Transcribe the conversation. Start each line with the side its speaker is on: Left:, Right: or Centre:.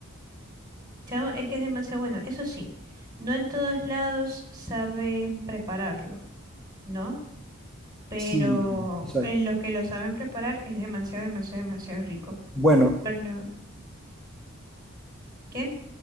Right: Chao, es que es demasiado bueno. Eso sí, no en todos lados saben prepararlo, ¿no? Pero
Centre: Sí, sí, exacto.
Right: en los que lo saben preparar es demasiado, demasiado, demasiado rico.
Centre: Bueno,
Right: Por lo ¿qué?